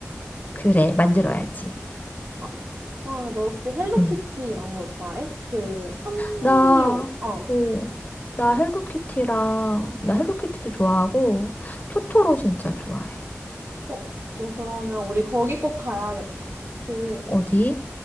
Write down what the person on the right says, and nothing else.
아, 어, 너 혹시 헬로키티
이런 거 좋아해? 그, 산리오.
어.
어, 너 그러면 우리 거기 꼭 가야겠다. 그,